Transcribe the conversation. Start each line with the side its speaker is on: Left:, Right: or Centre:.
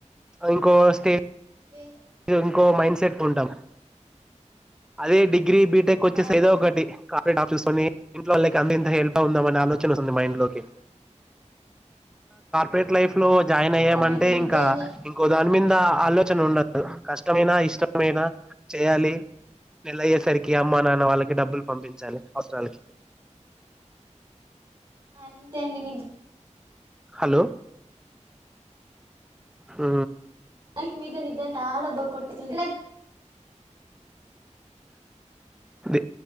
Centre: ఇంకో స్టేజ్
Right: ఏ
Centre: ఇంకో మైండ్ సెట్ ఉంటాం అదే డి గ్రీ బీటెక్ వచ్చేసేదో
Right: అది
Centre: ఒకటి <unintelligible> చూసుకొని ఇంట్లో వాళ్లకు అమ్మకింత హెల్ప్గా ఆలోచన వస్తుంది మైండ్లోకి
Right: ఆ
Centre: పెట్ లైఫ్ లో
Right: అది
Centre: జాయిన్
Right: నిజమండి
Centre: అయ్యామంటే
Right: నిజంగా
Centre: ఇంకా ఇంకోదాని దీని మీంద ఆలోచన ఉండదు కష్టమైనా ఇష్టమైనా చేయాలి నెలయ్యేసరికి అమ్మానాన్న వాళ్ళకి డబ్బులు పంపించాలి అవసరాలకి
Right: అంతే అండి ని
Centre: హలో ఉ
Right: లైఫ్ మీద నిజంగా చాలా బోర్ కొట్టేసింది
Centre: దే